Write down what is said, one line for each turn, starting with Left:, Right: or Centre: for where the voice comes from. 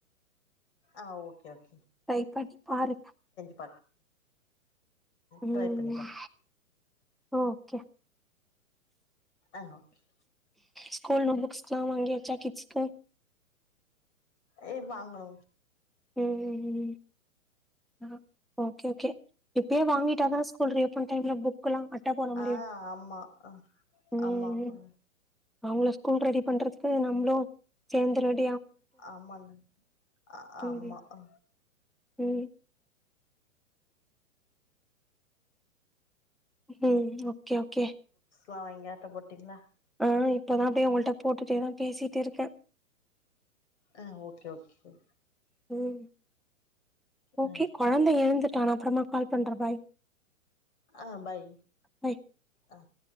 Left: ஆ ஓகே ஓ
Centre: ட்ரை பண்ணி பாருங்க
Left: <inaudible> ஆ
Centre: ம்
Left: ட்ரை பண்ணி பாக்கற
Centre: ஓகே
Left: ஆ ஓகே
Centre: ஸ்கூல்ல புக்ஸ்லா வாங்கியாச்சா கிட்ஸ்க்கு
Left: ஏ வாங்ணு
Centre: ம் ம் ஆ ஓகே ஓகே இப்பயே வாங்கிட்டாதா ஸ்கூல் ரீ ஓபன் டைம்ல புக்கல்லா அட்ட போட முடியு
Left: ஆ ஆமா ஆ
Centre: ம்
Left: ஆமா
Centre: ம்
Left: ஆ
Centre: அவங்கள ஸ்கூல் ரெடி பண்றதுக்கு நம்ளு சேந்தர வேண்டி
Left: ஆமாங்க ஆ ஆமா
Centre: ம்
Left: அ
Centre: ம் ம் ஓகே ஓகே
Left: லா வாங்கி அட்ட போட்டிங்ளா
Centre: அ இப்பதா போய் அவங்கள்ட்ட போட்டுட்டேதா பேசிட்டு இருக்க
Left: அ ஓகே ஓகே
Centre: ம் ஓகே
Left: ஆ
Centre: கொழந்த எழுந்துட்டா நா அப்பறமா கால் பண்ற பாய்
Left: ஆ பை
Centre: பாய்
Left: அ